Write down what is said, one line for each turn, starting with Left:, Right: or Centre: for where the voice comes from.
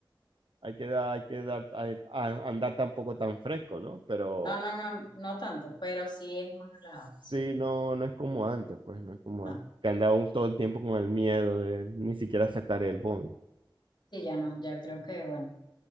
Right: hay que dar, hay que dar, a- a- andar tampoco tan fresco, ¿no? Pero...
Left: No, no, no, no tanto, pero sí es más relajado.
Right: Sí,
Left: Sí,
Right: no, no es como antes, pues, no es como
Left: no,
Right: antes. Que andábamos todo el tiempo con el miedo de ni siquiera sacar el móvil.
Left: sí, ya no, ya creo que, bueno,